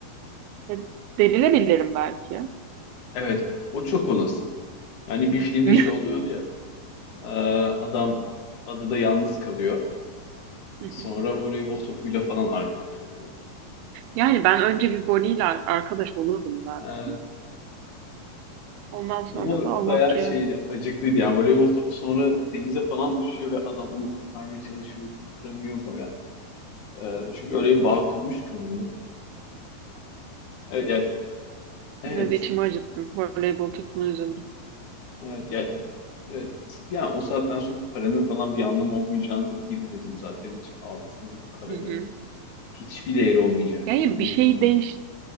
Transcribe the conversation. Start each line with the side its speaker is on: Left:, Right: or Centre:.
Right: E, Delirebilirim belki. <laughs>
Left: Evet, o çok olası. Yani bir filmde
Right: Hı
Left: şey oluyordu ya. Ee, adam adada yalnız kalıyor.
Right: hı.
Left: Sonra voleybol topuyla falan arkadaş oluyor.
Right: Yani ben önce bir Bonnie'yle arkadaş olurdum zaten.
Left: Ee,
Right: Ondan sonra
Left: ama
Right: da Allah
Left: bayağı
Right: kerim
Left: şeydi, acıklıydı yani. Voleybol topu sonra denize falan düşüyor ve adam onu kurtarmaya çalışıyor, kurtaramıyor bayağı. Ee, çünkü öyle bir bağ kurmuş ki onunla. Evet, yani, evet,
Right: biraz içimi acıttın. Voleybol takımına üzüldüm.
Left: evet, yani, evet. Yani o saatten sonra paranın falan bir anlamı olmayacağını girmedim zaten hiç altının, paranın
Right: Hı hı.
Left: hiçbir değeri olmayacak.
Right: Yani
Left: Bunun
Right: bir şey değiş,
Left: bir-